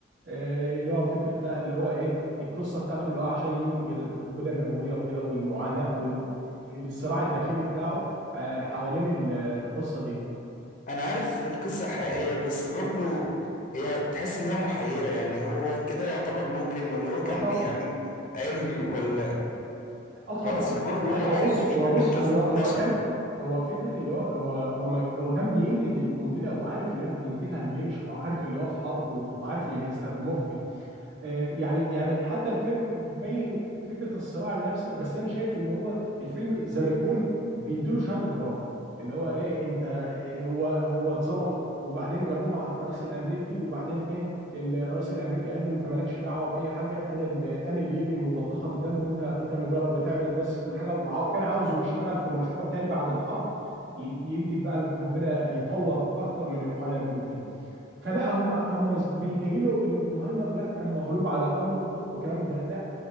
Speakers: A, on the right; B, on the left.
A: آه، اللي هو فكره بقى اللي هو ايه القصه بتاعته اللي هو عشان ينتج القنبله النوويه وكده والمعاناه او ال- الصراع الداخلي بتاعه آه، حوالين ال- القصه دي
B: انا عارف القصه الحقيقيه بس برضو هي تحس ان هي محيره يعني هو كده يعتبر مجرم ولا هو كان
A: اه طبعا
B: بيعمل علم ولا
A: اه طبعا
B: هو اصل برضه
A: هو
B: هو
A: هو
B: علم
A: بص
B: دي
A: هو
B: حاجه
A: بص
B: كانت لازم
A: هو
B: تكتشف
A: هو كان هو فكره اللي هو هو هو ما هو كان بينتج القنبله وعارف اللي هي بينتجها الجيش وعارف اللي هو في حرب وعارف اللي هيستخدموها في ايه آه، يعني يعني حتى الفيلم باين فكره الصراع النفسي بس انا شايف اللي هو الفيلم زي ما يكون بيديله شهاده براءه اللي هو ايه انت إيه هو هو اتظلم وبعدين جابوه مع الرئيس الامريكي وبعدين ايه الرئيس الامريكي قال له انت مالكش دعوه باي حاجه انا اللي انا اللي ايدي ملطخه بالدم وانت انت مجرد بتعمل بس كل حاجه وكان عاوزه يشتغل في مشروع تاني بعد الحرب ي- ينتج بقى القنبله يطور اكتر من القنابل وكده فلاهم مع هم بيبيينوا اللي أبو نايمر لا كان مغلوب على أمره وكان مد لا